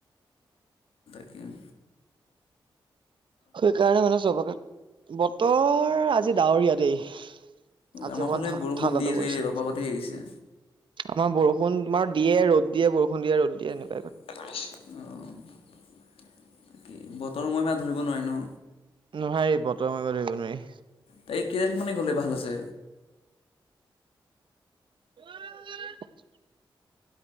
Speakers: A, on the left (about 90°); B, on the right (about 60°).
A: উম।
B: সেইকাৰণে মানে চবকে, বতৰ আজি ডাৱৰীয়া দেই। আজি
A: আমাৰ
B: অকমান
A: ফালে বৰষুণ
B: ঠাণ্ডাটো
A: দি আছে
B: পৰিছে
A: অলপ আগতে এৰিছে।
B: আমাৰ বৰষুণ আমাৰ দিয়ে ৰ'দ দিয়ে বৰষুণ দিয়ে ৰদ দিয়ে এনে-
A: অ কৰিছ অ বাকী বতৰ মৰিমা ধৰিব নোৱাৰি। নো
B: নহয় এই বতৰ মহিমা ধৰিব নোৱাৰি।
A: তাই কেই তাৰিখ মানে গ'লে ভাল আছে
B: <unintelligible>